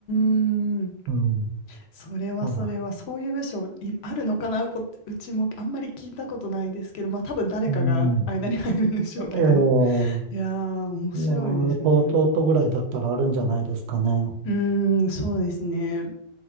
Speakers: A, on the left; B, on the right.
A: ん。
B: うん、
A: それはそれは、
B: あ
A: そういう部署いあるのかなこ、うちもあんまり聞いたことないですけど、まあ多分誰かが間に入るんでしょうけど。
B: うん、えー
A: いやー、面白いですね。
B: いやー東京都ぐらいだったらあるんじゃないですかね。
A: うーん、そうですね。